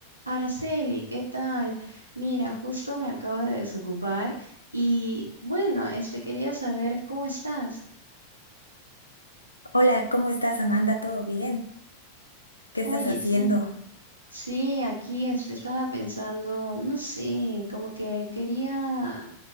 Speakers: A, on the right; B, on the left.
A: Araceli, ¿qué tal? Mira, justo me acabo de desocupar y bueno, este quería saber cómo estás.
B: Hola, ¿cómo estás, Amanda? ¿Todo bien? ¿Qué
A: Oye,
B: estás haciendo?
A: sí, sí, aquí este, estaba pensando, no sé, como que quería,